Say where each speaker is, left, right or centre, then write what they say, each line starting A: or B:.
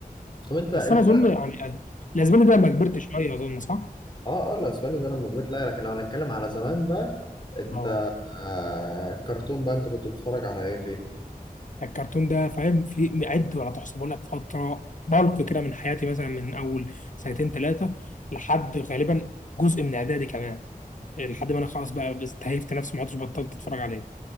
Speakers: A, on the left; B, on the left.
A: طب أنت
B: بس
A: أنت
B: انا اظن يعني الاسباني ده لما كبرت شويه اظن صح؟
A: اه اه الاسباني ده لما كبرت لا لكن لو هنتكلم على زمان بقى انت
B: اه
A: آه كرتون بقى انت كنت بتتفرج على ايه فيه
B: الكرتون ده فاهم في عد ولا تحصى بقول لك فتره بلق كده من حياتي مثلا من اول سنتين ثلاثه لحد غالبا جزء من اعدادي كمان لحد ما انا خلاص بقى استهيفت نفسي ما عدتش بطلت اتفرج عليه